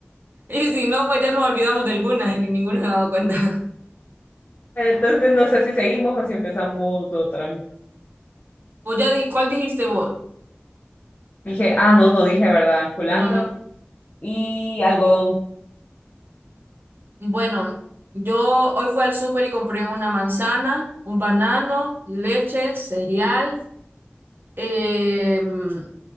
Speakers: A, on the right; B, on the left.
A: Y si no, pues ya nos olvidamos de alguna y ninguna se ha dado cuenta. <laughs>
B: Entonces no sé si seguimos o si empezamos otra.
A: Pues ya di- ¿cuál dijiste vos?
B: Dije, ah, no, no dije, ¿verdad? Culantro
A: No, no.
B: y algodón.
A: Bueno, yo hoy fui al súper y compré una manzana, un banano, leche, cereal, em,